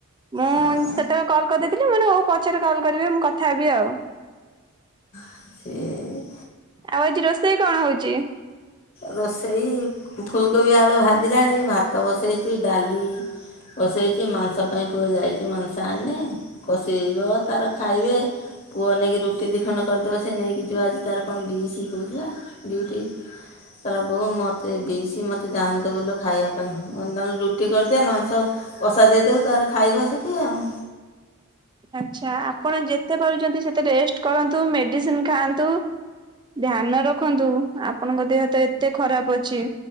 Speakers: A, on the right (about 20°); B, on the left (about 35°).
A: ମୁଁ
B: ହଁ
A: ସେତେବେଳେ କଲ କରିଦଥିଲି। ମୁ ପଛରେ କଲ୍ କରିଵେ, ମୁଁ କଥା ହେବି ଆଉ।
B: ସେ।
A: ଆଉ ଆଜି ରୋଷେଇ କଣ ହଉଛି?
B: ରୋଷେଇ -ଫୁଲକୋବି ଆଳୁ ଭାଜିଲାଣି, ଭାତ ବସେଇଛି, ଡାଲି ବସେଇଛି, ମାଂସ ପାଇଁ ପୁଅ ଯାଇଛି, ମାଂସ ଆଣେ କଷେଇବ, ତାର ଖାଇବେ ପୁଅ ନେଇକି ରୁଟିି ଦି ଖଣ୍ଡ କରିଦବ ସେ ନେଇକି ଯିବ ଆଜି ତାର କଣ ବି ସି କହୁଥିଲା ଡ଼ିଉଟି ହଁ କହିଲା ବୋଉ ମତେ ବି ସି ମତେ ଯାଆହେନେ ଦବୁଲୋ ଖାଇବା ପାଇଁ ମୁଁ କହନି ତାହାଲେ ରୁଟି କରିଦିଅ ମାଂସ କଷା ଦେଇଦେବୁ ତାର ଖାଇବ ସେଠି ଆଉ।
A: ଆଛା ଆପଣ ଯେତେ ପାରୁଛନ୍ତି ସେତେ ରେଷ୍ଟ କରନ୍ତୁ ମେଡିସିନ ଖାଆନ୍ତୁ। ଧ୍ୟାନ ରଖନ୍ତୁ ଆପଣଙ୍କ ଦେହ ତ ଏତେ ଖରାପ ଅଛି।